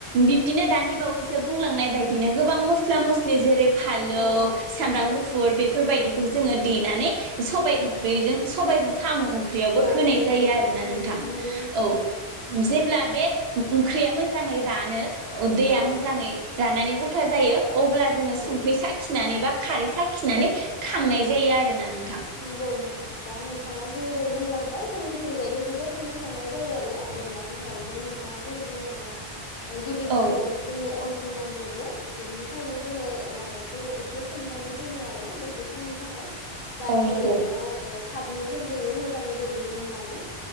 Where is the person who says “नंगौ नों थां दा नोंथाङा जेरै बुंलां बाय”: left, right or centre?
Left